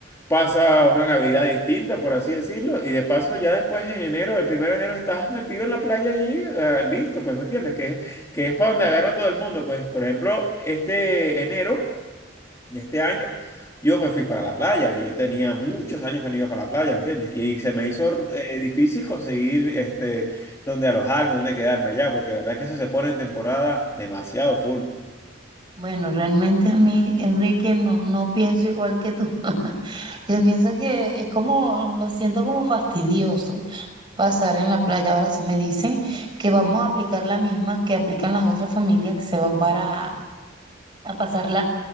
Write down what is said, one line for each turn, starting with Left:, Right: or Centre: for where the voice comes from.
Left: pasa una Navidad distinta, por así decirlo, y de paso ya después en enero, el primero de enero estás metido en la playa y ah, listo, pues, ¿me entiendes? Que, es- que es para donde agarra todo el mundo, pues, por ejemplo, este enero y este año, yo me fui para la playa, yo tenía muchos años que no iba para la playa, ¿me entiendes? Y se me hizo eh, difícil conseguir este, donde alojarme, donde quedarme allá, porque de verdad que eso se pone en temporada demasiado full.
Right: Bueno, realmente a mí, Enrique, no, no pienso igual que tú. <laughs> Yo pienso que es como, lo siento como fastidioso pasar en la playa. Ahora sí me dicen que vamos a aplicar la misma que aplican las otras familias que se van para a pasarla